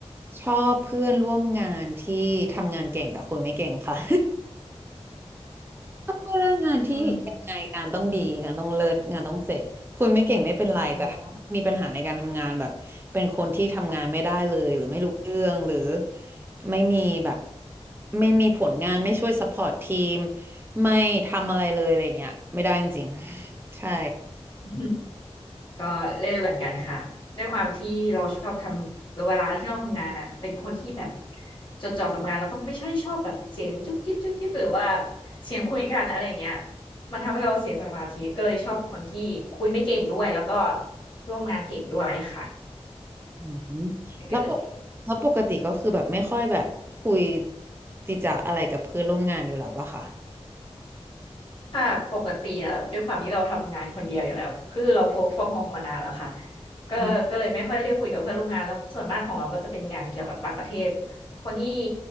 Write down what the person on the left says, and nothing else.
อืมอืมอื
ม ก็เล่นเหมือนกันค่ะด้วยความที่เราชอบทำเวลาที่เราทำงานอ่ะเป็นคนที่แบบจดจ่อกับงานแล้วก็ไม่ใช่ชอบแบบเสียงจุ๊บจิ๊บจุ๊บจิ๊บหรือว่าเสียงคุยกันอะไรอย่างเงี้ยมันทำให้เราเสียสมาธิก็เลยชอบคนที่คุยไม่เก่งด้วยแล้วก็ร่วมงานเก่งด้วยค่ะ
นั่นก็เลย
ค่ะปกติแล้วด้วยความที่เราทำงานคนเดียวอยู่แล้วคือเราโฟกฟอร์มโฮมมานานแล้วค่ะก็ก็เลยไม่ค่อยได้คุยกับเพื่อนร่วมงานแล้วส่วนมากของเราก็จะเป็นงานเกี่ยวกับต่างประเทศ
คนที่